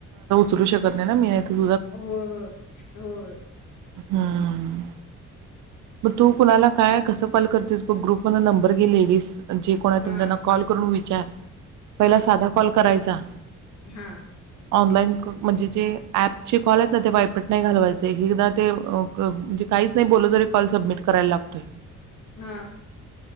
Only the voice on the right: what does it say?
चलू शकत नाही ना मी.... तर
हम् मग तू कुणाला? काय? कस? कॉल करतेस ग्रुप म नंबर घे लेडीस जे कोण आहेत
त त्यांना कॉल करून विचार पहिला
साधा कॉल करायचा....
ऑनलाईन म्हणजे जे ऍप ची कॉल आहेत ना ते वायपट नाही घालवायचे... एकदा ते म्हणजे काहीच नाही बोलल तरी कॉल सबमिट करायला लागतोय...